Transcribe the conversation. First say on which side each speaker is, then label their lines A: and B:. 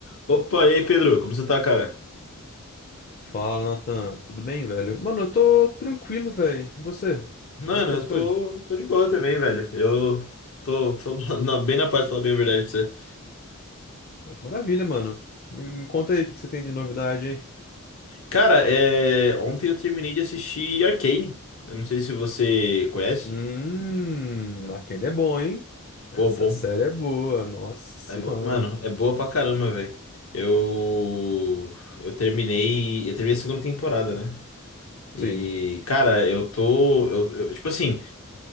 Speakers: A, on the left; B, on the left.
A: Opa, e aí, Pedro? Como você tá, cara?
B: Fala, Nathan. Tudo bem, velho? Mano, eu tô tranquilo, velho. E você?
A: Mano,
B: Como é que estão
A: eu
B: as coisas?
A: tô, tô de boa também, velho. Eu tô, tô <laughs> na- na- bem na paz, pra falar bem a verdade pra você.
B: Pô, que maravilha, mano. Me, me conta aí o que que você tem de novidade aí.
A: Cara, é, ontem eu terminei de assistir Arcane. Eu não sei se você conhece.
B: Hum, Arcane é bom, hein?
A: Pô,
B: Essa
A: bom.
B: série é boa, nossa senhora.
A: é bo- Mano, é boa pra caramba, velho. Eu. Eu terminei. Eu terminei a segunda temporada, né? E,
B: Sim,
A: cara, eu tô. Eu, eu- tipo assim.